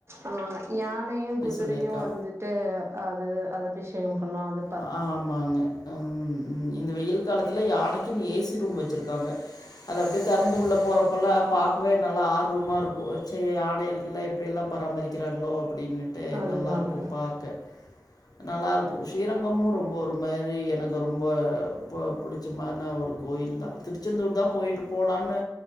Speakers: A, on the right; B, on the left.
A: ஆ யானயு குதுரயு
B: சொல்லியிருக்கா.
A: வந்துட்டு அது அத அபிஷேகம் பண்ணோ அதுர்
B: அ ஆமாங்க ம் ம் இந்த வெயில் காலத்ல யானக்கின் ஏசி ரூம் வச்சிர்க்காங்க அத அப்டே தெறந்து உள்ள போறப்பல்லா பாக்வே நல்லா ஆர்வமா இருக்கு செய்ய யானையள்க்கு எப்டி எல்லா பராமரிக்கிறாங்ளோ அப்டின்னுட்டு
A: அதுதான்
B: நல்லார்க்கு
A: அதுதான்
B: பாக்க நல்லாருக்கு ஸ்ரீரங்கமு ரொம்ப ஒரு மேரி எனக்கு ரொம்ப பொ புடுச்சமார்னா ஒரு கோயில் தா திருச்ச தூர் தா போயிட்டு போலான்னு